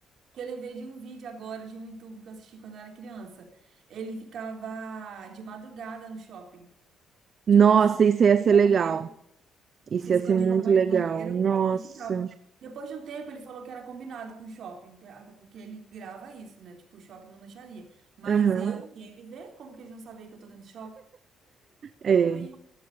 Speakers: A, on the right (about 65°); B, on the right (about 50°).
A: Que eu lembrei de um vídeo agora de um YouTube que eu assisti quando eu era criança. Ele ficava de madrugada no shopping.
B: Nossa,
A: Tipo, eles escondiam
B: isso ia ser
A: no banheiro
B: legal. Isso
A: se escondia
B: ia ser muito
A: no banheiro
B: legal. Nossa.
A: e ficava. Depois de um tempo, ele falou que era combinado com o shopping, até até porque ele grava isso, né? Tipo, o shopping não deixaria. Mas
B: Aham.
A: eu, ninguém ia me ver como que eles não saber que eu tô dentro do shopping? Como
B: É.
A: que eu ia?